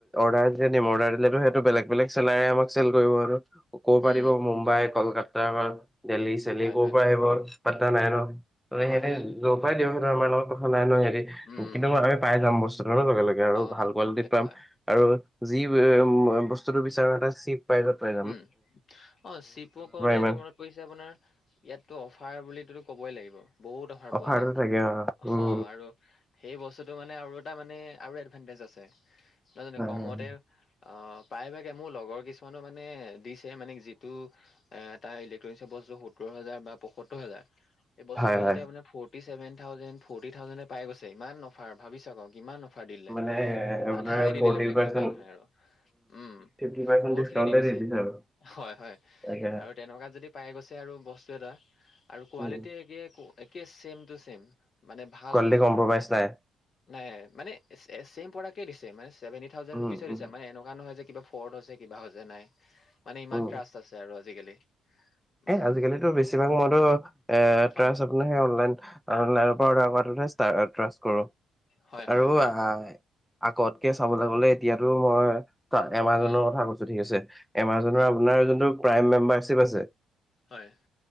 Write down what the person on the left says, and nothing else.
উম
হয়
হয়
হয় হয়
উম উম
অ
সেইটো
হয়
উম, অ চিপু কওঁতে
এটা মনত পৰিছে আপোনাৰ, ইয়াততো অফাৰ বুলিতো ক'বই লাগিব৷ বহুত অফাৰ
পোৱা যায়৷
অ
আৰু সেই বস্তুটো মানে আৰু এটা মানে আৰু এডভানটেজ আছে৷ নাজানো
কমতে,
অ প্ৰায়ভাগে মোৰ লগৰ কিছমানো মানে দিছে মানে যিটো এ তাৰ ইলেক্ট্ৰনিকছৰ বস্তু সত্তৰ হাজাৰ বা পয়সত্তৰ হাজাৰ এই বস্তুটো
যদি আপোনাৰ ফৰ্টি চেভেন থাউজেণ্ড, ফৰ্টি থাউজেণ্ডে পাই গৈছে ইমান অফাৰ, ভাবি চাওক আও ইমান অফ অফাৰ দিলে,
আধাই দি
দিলে বুলি
কলে বেয়া নহয় আৰু, উম
বহুতখিনি
দি দিছে,
হয়, হয়,
আৰু তেনেকুৱাতে যদি পাই গৈছে আৰু বস্তু এটা আৰু কোৱালিটি
একে একে ছেম টু ছেম। মানে ভাল
মানে,
ন মানে ছেম প্ৰডাক্টে দিছে, মানে চেভেন্টি থাউজেণ্ড
ৰুপিচত
দিছে মানে এনেুকুৱা নহয় যে কিবা ফৰ্ড হৈছে। কিবা হৈছে নাই, মানে ইমান
ট্ৰাষ্ট আছে আৰু আজিকালি। উম,
হয়,
হয়, হয়,
হয়,
উম,
হয়,
হয়।